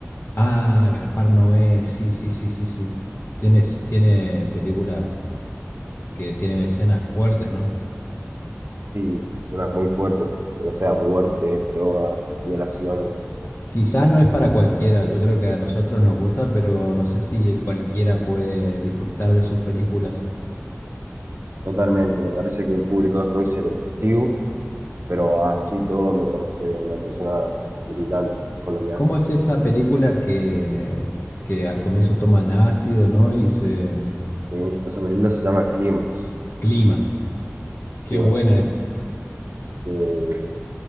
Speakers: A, on the left; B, on the right.
A: Ah, Gaspar Noé, sí, sí, sí, sí, sí. Tiene, tiene películas que tienen escenas fuertes, ¿no?
B: Sí, escenas muy fuertes, ya sea muerte, drogas, violaciones.
A: Quizás no es para cualquiera, yo creo que a nosotros nos gusta, pero no sé si cualquiera puede disfrutar de sus películas.
B: Totalmente, me parece que el público es muy selectivo pero así todo me parece una persona brillante con lo que hace.
A: ¿Cómo es esa película que, que al comienzo toman ácido, ¿no? Y se...
B: ¿sí? O sea, se llama Clímax,
A: Clímax. Qué
B: Clímax,
A: buena es.
B: que